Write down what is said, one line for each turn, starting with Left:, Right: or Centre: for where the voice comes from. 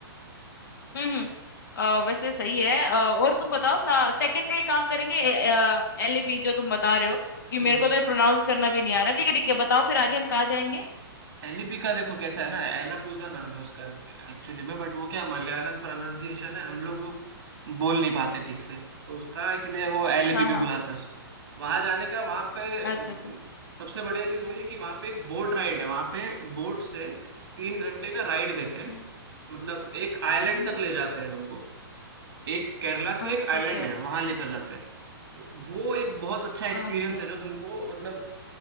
Left: हम्म हम्म, अ, वैसे सही है अ, और तुम बताओ सेकंड डे काम करेंगे एलएपी जो तुम बता रहे हो क्योंकि
Right: हम्म
Left: मेरे को तो ये प्रोनाउंस करना भी नहीं आ रहा ठीक है ठीक है बताओ फिर आगे हम कहाँ जाएंगे
Right: एलिपी का देखो कैसा है ना एलापूजा नाम है उसका एक्चुअली में बट वो क्या मलयालम प्रोनाउंसिएशन है हम लोग वो बोल नहीं पाते ठीक से तो उसका इसलिए वो एलिपी
Left: हाँ
Right: भी
Left: हाँ
Right: बुलाते हैं उसको वहां जाने का वहां पे
Left: अच्छा
Right: अम,
Left: अच्छा
Right: सबसे बढ़िया चीज वही है कि वहां पे एक बोट राइड है वहां पे बोट से तीन घंटे का राइड देते हैं
Left: हम्म
Right: मतलब एक आइलैंड
Left: हम्म,
Right: तक ले जाते हैं तुमको एक केरला से
Left: अच्छा
Right: एक आइलैंड
Left: अच्छा
Right: है वहां लेकर जाते हैं तो वो एक बहुत अच्छा एक्सपीरियंस
Left: अच्छा
Right: है जो तुमको मतलब